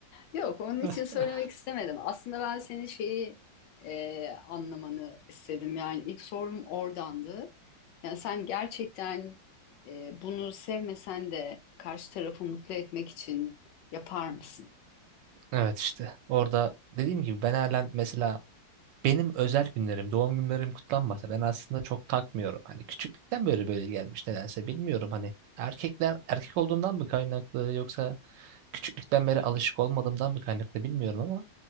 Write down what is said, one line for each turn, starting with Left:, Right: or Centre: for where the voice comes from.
Left: Yok, onun
Right: <laughs>
Left: için söylemek istemedim. Aslında ben senin şeyi e, anlamanı istedim. Yani ilk sorum oradandı. Yani sen gerçekten e, bunu sevmesen de karşı tarafı mutlu etmek için yapar mısın?
Right: Evet işte orada dediğim gibi ben halen mesela benim özel günlerim, doğum günlerim kutlanmasa ben aslında çok takmıyorum. Hani küçüklükten böyle böyle gelmiş nedense bilmiyorum hani erkekler erkek olduğumdan mı kaynaklı yoksa küçüklükten beri alışık olmadığımdan mı kaynaklı bilmiyorum ama